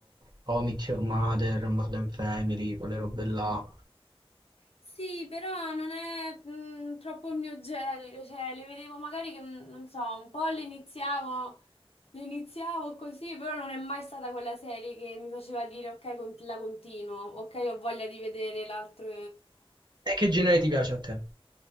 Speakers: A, on the right; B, on the left.
A: How I Met Your Mother, Modern Family, quelle robe là.
B: Sì, però non è mm, troppo il mio genere, cioè le vedevo magari che, mm, non so, un po' le iniziavo, le iniziavo così, però non è mai stata quella serie che mi faceva dire ok, con- la continuo, ok, ho voglia di vedere l'altro
A: E che genere ti piace a te?